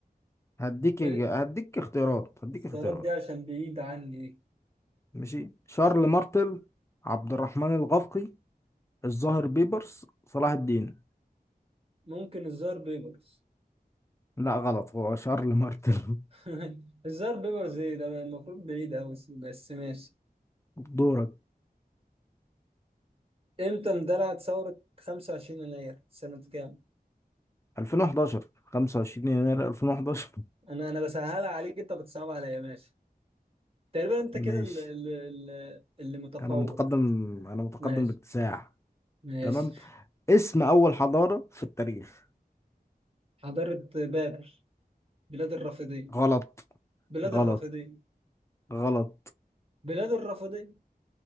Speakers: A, on the left (about 15°); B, on the right (about 35°).
A: هديك
B: ما-
A: هديك اختيارات هديك
B: الاختيارات
A: اختيارات
B: دي عشان بعيد عني
A: ماشي شارل مارتل عبد الرحمن الغفقي الظاهر بيبرس صلاح الدين
B: ممكن الزار بيبرز
A: لا غلط هو شارل مارتل
B: <laughs> الزار بيبرز ايه ده المفروض بعيد قوي بس ماشي
A: <laughs> دورك
B: امتى اندلعت ثوره 25 يناير سنه كام
A: 2011 25 يناير 2011
B: انا انا بسهلها عليك انت بتصعب عليا ماشي. تقريبا انت
A: ماشي
B: كده ال- ال- ال- اللي متفوق
A: انا متقدم انا متقدم
B: ماشي
A: باكتساح
B: ماشي
A: تمام اسم اول حضارة في التاريخ
B: حضارة بابل بلاد الرافدين
A: غلط
B: بلاد الرافدين
A: غلط غلط
B: بلاد الرافدين